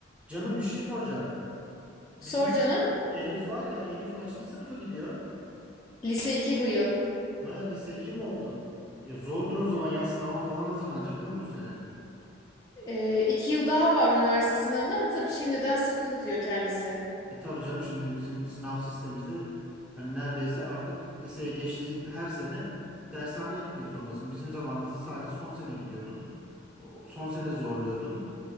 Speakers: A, in the centre; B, on the left (about 20°).
A: Canım bir şey soracağım. Bizim
B: Sor canım.
A: Elif var ya, Elif kaçıncı sınıfa gidiyor?
B: Lise 2 bu yıl.
A: Ha lise 2 mi oldu? Ya zordur o zaman ya sınava falan hazırlanacak değil mi bu sene?
B: Ee, iki yıl daha var üniversite sınavına ama tabii şimdiden sıkı tutuyor kendisi.
A: E tabii canım şimdi bizim sınav sistemimizde hani neredeyse artık liseye geçtiğin her sene dershaneye gitmek zorundasın. Bizim zamanımızda sadece son sene gidiyordun. O- Son sene zorluyordun.